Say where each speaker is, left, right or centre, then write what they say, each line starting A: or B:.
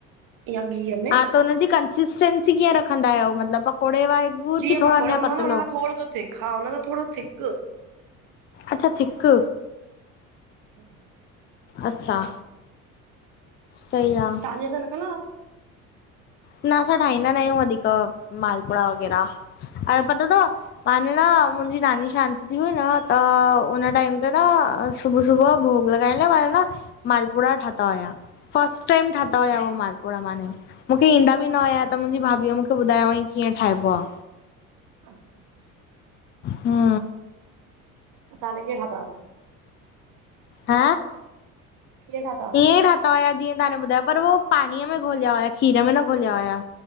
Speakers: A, on the right; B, on the left.
A: या गिह, में
B: हा त उन्ह, जी कंसिस्टेंसी, कीअं रखंदा आहियो, मतिलबु पकोड़े वांगुरु
A: जीअं
B: की थोरो
A: पकोड़ो
B: अञा
A: हूंदो
B: पतलो
A: आ, न हुन खां थोड़ो स थिक, हा हुनखां, थोड़ो थिक
B: अच्छा! थिक
A: ह <unintelligible>
B: अच्छा, सही, आ
A: अगे्, त न कंदा हुयाव्व!
B: न असां ठाहींदा, न आहियूं वधीक मालपुड़ा, वग़ैरह अ पतो तव माने, न मुंजी नानी शांत, थी हुई न त, उन वक्त ते न सुबु सुबुअ, ॼो भोॻ, लॻाइण लाइ माने न मालपुड़ा, ठाता हुया। पहिर्यों दफो, ठाता हुया
A: अच्छा
B: उहे मालपुड़ा, माने मुखे ईंदा ॿि न हुया,
A: अच्छा
B: त मुंॼी भाभीअ मुखे ॿुधाया, त कीअं ठहिॿो, आ
A: अच्छा,
B: हा
A: त, तांहां कींअ, ठाताव हुआ
B: ह!
A: कीअं ठाता हुआ
B: ईंयें ठात सुठा हुया। जीअं तव्हां ॿुधायो, पर उह पाणीअ, में घोलिया हुया खीर, में न घोलिया हुया